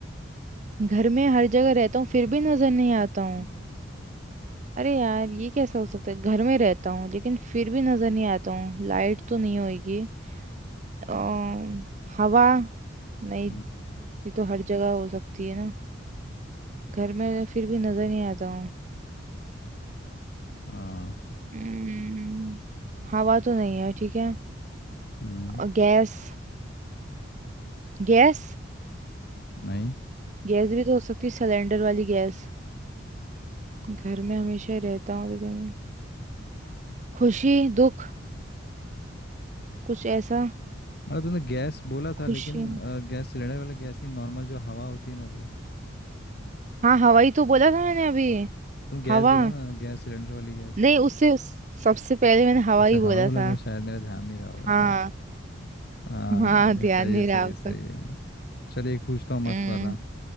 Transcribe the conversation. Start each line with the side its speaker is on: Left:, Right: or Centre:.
Right: घर में हर जगह रहता हूँ फिर भी नजर नहीं आता हूँ
Left: हम्म
Right: अरे यार ये कैसा हो सकता है घर में रहता हूँ लेकिन फिर भी नजर नहीं आता हूँ लाइट तो नहीं होगी अम, हवा नहीं
Left: हम्म,
Right: ये तो हर जगह हो सकती है ना घर में फिर भी नजर नहीं आता हूँ
Left: हाँ
Right: अम्म, हवा तो नहीं है ठीक है
Left: हम्म
Right: अ, गैस गैस
Left: नहीं
Right: गैस भी तो हो सकती है सिलेंडर वाली गैस घर में हमेशा रहता हूँ लेकिन खुशी दुख कुछ ऐसा
Left: मतलब तूने गैस बोला था
Right: खुशी
Left: लेकिन अ, गैस सिलेंडर वाला गैस नहीं नॉर्मल जो हवा होती है ना वो
Right: हाँ हवाई तो बोला था मैंने अभी
Left: तूने गैस
Right: हवा
Left: बोला ना गैस सिलेंडर वाली गैस
Right: नहीं उससे सबसे पहले मैंने हवा
Left: अच्छा
Right: ही बोला
Left: हवा बोला
Right: था
Left: था शायद मेरा ध्यान नहीं रहा होगा
Right: हाँ
Left: शायद हाँ
Right: हाँ
Left: नहीं
Right: ध्यान
Left: सही
Right: नहीं
Left: है सही
Right: रहा आपका
Left: है सही है चलिए एक पूछता हूँ मस्त
Right: हम्म
Left: वाला